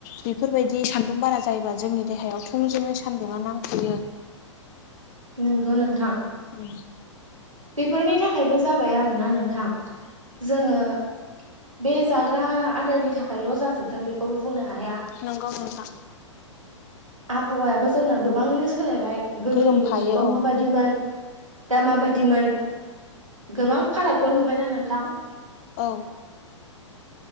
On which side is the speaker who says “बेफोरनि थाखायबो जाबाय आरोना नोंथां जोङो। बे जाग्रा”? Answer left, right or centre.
Right